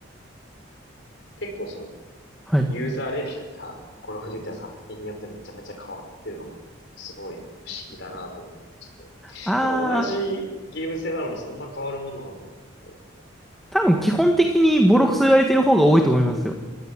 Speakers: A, on the left; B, in the centre.
A: 結構その、
B: はい。
A: ユーザーレビューが、これフジっは作品によってめちゃめちゃ変わってるのが、すごい不思議だなと思ったりして。
B: ああ、
A: なんか同じゲーム性なのにそんな変わるもんなのかなって思う。
B: 多分基本的にボロクソ言われてる方が多いと思いますよ。